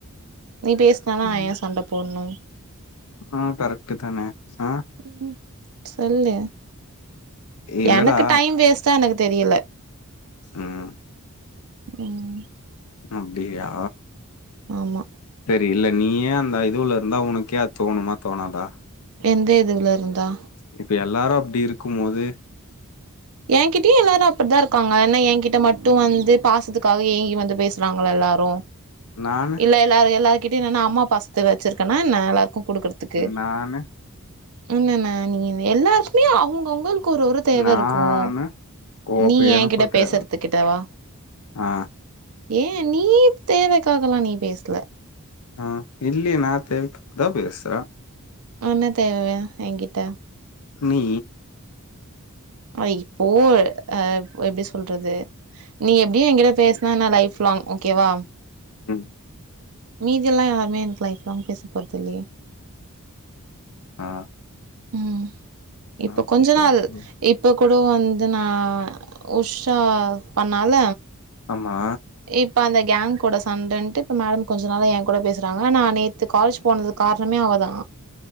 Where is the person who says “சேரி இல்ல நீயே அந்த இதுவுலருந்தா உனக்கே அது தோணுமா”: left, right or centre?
Left